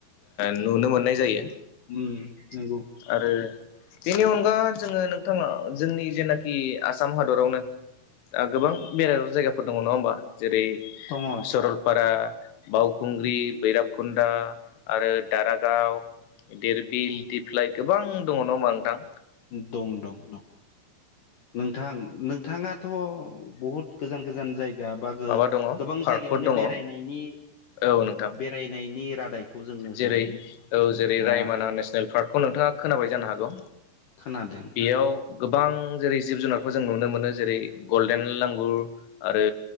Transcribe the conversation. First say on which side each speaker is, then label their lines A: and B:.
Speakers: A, on the left; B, on the left.
A: नुनो मोननाय जायो
B: उम नंगौ
A: आरो बेनि अनगा जोङो नोंथाङा जोंनि जेनाखि आसाम हादरावनो गोबां बेरायथाव जायगाफोर दङ नङा होमबा जेरै
B: दङ
A: सरलपारा बावखुंग्रि बैराब कुन्दा आरो दारागाव दिरबिल
B: उम
A: दिप्लाय गोबां दङ नङा होनबा नोंथां
B: दं दं दं नोंथां नोंथाङाथ' बहुद गोजान गोजान जायगा बा गोबां
A: माबा दङ पार्कफोर
B: जायगायावनो
A: दङ
B: बेरायनायनि
A: औ नोंथां
B: बेरायनायनि रादायखौ जोंनो
A: जेरै
B: होदों
A: औ जेरै
B: ओ
A: रायमना नेसनेल पार्क औ नोंथाङा खोनाबाय जानो हागौ
B: खोनादों
A: बेयाव गोबां जेरै जिब जुनारखौ जों नुनो मोनो जेरै गल्डेन लांगुर आरो